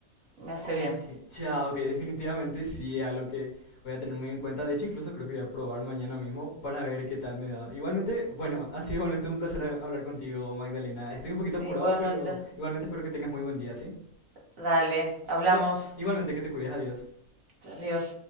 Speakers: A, on the right; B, on the left.
A: Me hace
B: Ok,
A: bien.
B: ya, ok, definitivamente sí, es algo que voy a tener muy en cuenta. De hecho, incluso creo que voy a probar mañana mismo para ver qué tal me da. Igualmente, bueno, ha sido igualmente un placer ha- hablar contigo, Magdalena. Estoy un poquito apurado,
A: Igualmente.
B: pero igualmente espero que tengas muy buen día, ¿sí?
A: Dale, hablamos.
B: Igual, igualmente que te cuides, adiós.
A: Adiós.